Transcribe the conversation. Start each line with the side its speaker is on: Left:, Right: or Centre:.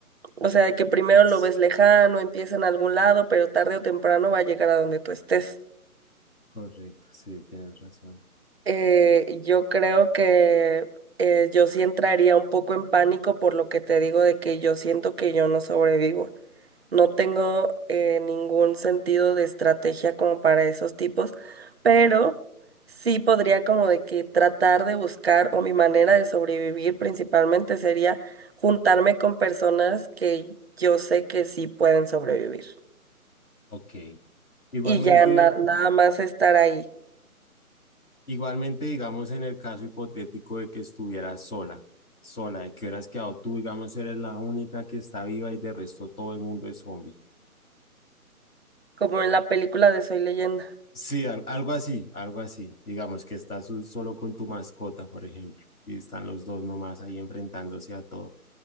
Right: O sea, de que primero
Left: Sí,
Right: lo ves lejano, empieza en algún lado, pero tarde o temprano va a llegar a donde tú estés.
Left: Correcto, sí, tienes razón.
Right: Eh, yo creo que eh, yo sí entraría un poco en pánico por lo que te digo de que yo siento que yo no sobrevivo. No tengo eh, ningún sentido de estrategia como para esos tipos, pero sí podría como de que tratar de buscar o mi manera de sobrevivir principalmente sería juntarme con personas que yo sé que sí pueden sobrevivir
Left: Ok. Igualmente.
Right: y ya na- nada más estar ahí,
Left: Igualmente, digamos, en el caso hipotético de que estuvieras sola, sola, de que hubieras quedado tú, digamos, eres la única que está viva y de resto todo el mundo es zombie.
Right: como en la película de Soy Leyenda.
Left: Sí, al- algo así, algo así. Digamos que estás su- solo con tu mascota, por ejemplo, y están los dos nomás ahí enfrentándose a todo.